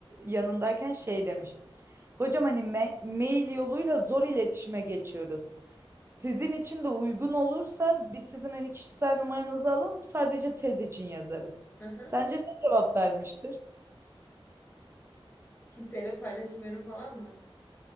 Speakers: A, on the right; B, on the left.
A: yanındayken şey demiş. Hocam hani me- mail yoluyla zor iletişime geçiyoruz. Sizin için de uygun olursa biz sizin hani kişisel numaranızı alalım sadece tez için yazarız.
B: hı hı.
A: Sence ne cevap vermiştir?
B: Kimseyle paylaşmıyorum falan mı?